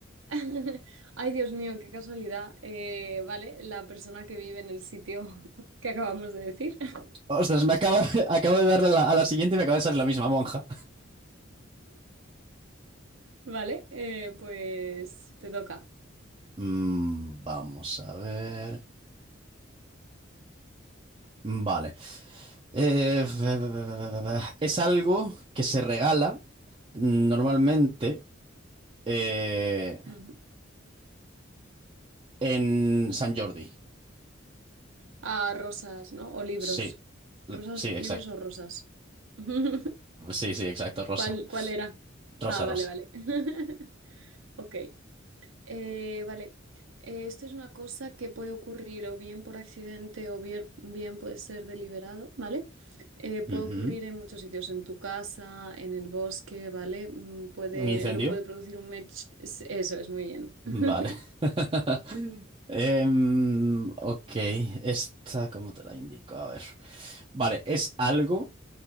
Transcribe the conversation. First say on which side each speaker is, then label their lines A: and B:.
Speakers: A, on the right; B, on the right.
A: <laughs> Ay, Dios mío, qué casualidad. Eh, vale, la persona que vive en el sitio <laughs> que acabamos de decir. <laughs>
B: Ostras, me acaba, <laughs> acabo de darle a la, a la siguiente y me acaba de salir la misma monja.
A: Vale, eh, pues te toca.
B: Mm, vamos a ver. Vale. Eh, ve- ve- ve- ve- ve- ve. es algo que se regala normalmente eh,
A: Ujú.
B: En Sant Jordi.
A: Ah, rosas, ¿no? O libros.
B: Sí, l-
A: Rosas,
B: sí, exacto.
A: libros o rosas. <laughs>
B: Sí, sí, exacto. Rosa.
A: ¿Cuál, cuál era?
B: Rosa,
A: Ah,
B: rosa.
A: vale, vale. <laughs> Ok. Eh, vale, Eh, esto es una cosa que puede ocurrir o bien por accidente o bien, bien puede ser deliberado, ¿vale? Eh, puede
B: Ujú.
A: ocurrir en muchos sitios, en tu casa, en el bosque, ¿vale? Mm, Puede,
B: ¿Un incendio?
A: lo puede producir un mech, es- eso es muy bien.
B: Vale.
A: <laughs>
B: <laughs> Em, ok, esta, ¿cómo te la indico? A ver. Vale, es algo